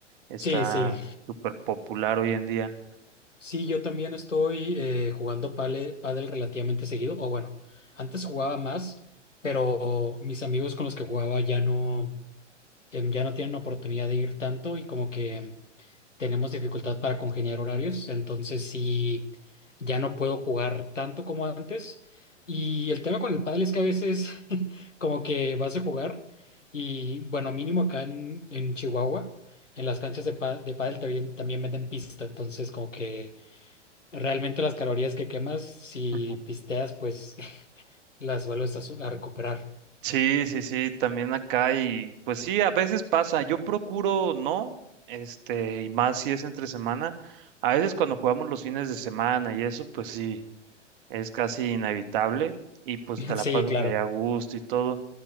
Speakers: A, on the right (about 45°); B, on the left (about 85°).
A: está
B: Sí, sí.
A: súper popular hoy en día.
B: Sí, yo también estoy eh, jugando pale, pádel relativamente seguido, o bueno, antes jugaba más, pero mis amigos con los que jugaba ya no, em, ya no tienen oportunidad de ir tanto y como que tenemos dificultad para congeniar horarios, entonces sí, ya no puedo jugar tanto como antes. Y el tema con el pádel es que a veces <laughs> como que vas a jugar y bueno, mínimo acá en, en Chihuahua, en las canchas de, pa- de pádel también, también venden pista, entonces como que realmente las calorías que quemas, si
A: <laughs>
B: pisteas, pues <laughs> las vuelves a, su- a recuperar.
A: Sí, sí, sí, también acá y pues sí, a veces pasa, yo procuro no, este, y más si es entre semana, a veces cuando jugamos los fines de semana y eso, pues sí, es casi inevitable y pues
B: <laughs>
A: te la
B: Sí,
A: pasas
B: claro,
A: allá a gusto y todo,